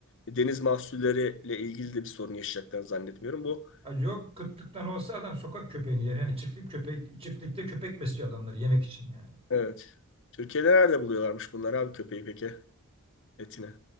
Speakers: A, on the left (about 60°); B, on the right (about 25°).
A: E, Deniz mahsulleriyle ilgili de bir sorun yaşayacaklarını zannetmiyorum. Bu
B: Ha Yok kıtlıktan olsa adam sokak köpeğini yer. Yani çiftlik köpek, çiftlikte köpek besliyor adamlar yemek için yani.
A: evet. Türkiye'de nerede buluyorlarmış bunlar abi köpeği peki etini?